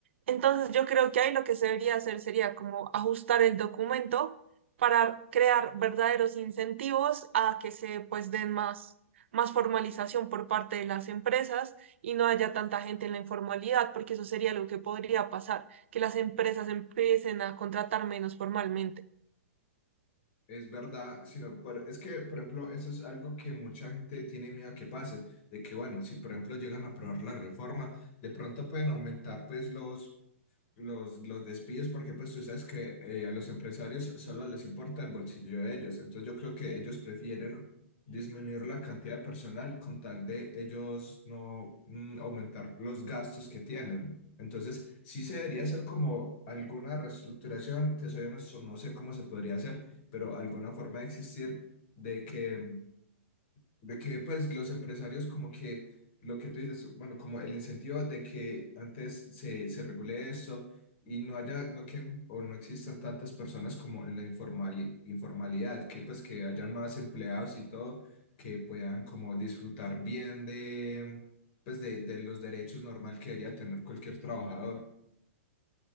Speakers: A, on the right; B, on the left.
A: Entonces yo creo que ahí lo que se debería hacer sería como ajustar el documento para crear verdaderos incentivos a que se pues den más, más formalización por parte de las empresas y no haya tanta gente en la informalidad, porque eso sería lo que podría pasar que las empresas empiecen a contratar menos formalmente.
B: Es verdad, sino, por- es que, por ejemplo, eso es algo que mucha gente tiene miedo que pase, de que, bueno, si por ejemplo llegan a aprobar la reforma, de pronto pueden aumentar pues los los, los despidos, porque pues tú sabes que eh, a los empresarios solo les importa el bolsillo de ellos. Entonces yo creo que ellos prefieren disminuir la cantidad de personal con tal de ellos no mm, aumentar los gastos que tienen. Entonces sí se debería hacer como alguna reestructuración, te soy honesto, no sé cómo se podría hacer, pero alguna forma de existir de que de que pues los empresarios como que lo que tú dices, bueno, como el incentivo de que antes se, se regule esto y no haya, no que, o no existan tantas personas como en la informali- informalidad, que pues que hayan más empleados y todo, que puedan como disfrutar bien de, pues de, de los derechos normal que debería tener cualquier trabajador.